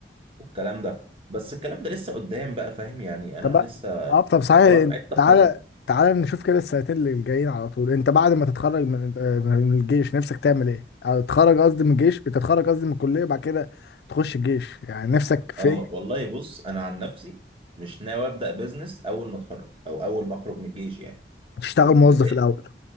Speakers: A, on the right; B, on the left.
A: والكلام ده بس الكلام ده لسه قدام بقى فاهم يعني انا
B: طب
A: لسه
B: أه طب صحيح
A: حوار عايز تخرج
B: تعالى تعالى نشوف كده السنتين اللي جايين على طول أنت بعد ما تتخرج من آه، من الجيش نفسك تعمل إيه؟ أو تتخرج قصدي من الجيش انت تتخرج قصدي من الكلية بعد كده تخش الجيش يعني نفسك في
A: اه
B: إيه؟
A: والله بص انا عن نفسي مش ناوي ابدا بزنس اول ما اتخرج او اول ما اخرج من الجيش يعني
B: تشتغل موظف
A: لقيت
B: الأول